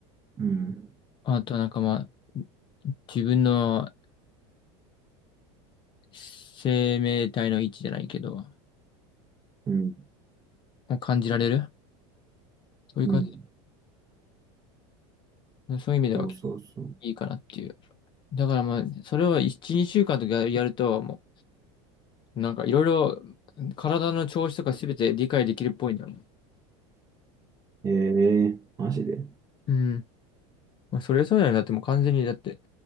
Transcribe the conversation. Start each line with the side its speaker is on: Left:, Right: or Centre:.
Right: うん。
Left: あとなんかまあ、自分の生命体の位置じゃないけど、
Right: うん。
Left: もう感じられるそういう感じ
Right: うん。
Left: そういう意味では結構
Right: そうそうそう。
Left: いいかなっていう。だからまあ、それは1、2週間とかやると、もう、なんかいろいろ体の調子とかすべて理解できるっぽいんだよね。
Right: ええー、マジで
Left: うん。まあ、それはそうだよね。だってもう完全に、だって、